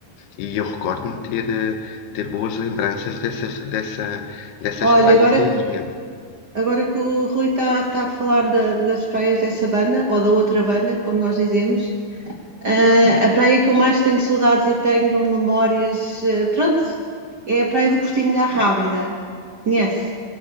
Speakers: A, on the left; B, on the right.
A: E eu recordo-me de ter, eh, ter boas lembranças dessas, dessa, dessas
B: Olha,
A: praias
B: agora,
A: aí.
B: agora que o Rui está tá tá a falar da- das praias dessa banda, ou da outra banda, como nós dizemos, ah, a praia que eu mais tenho saudades e tenho memórias, ah, pronto, é a Praia do Portinho da Rábida. Conhece?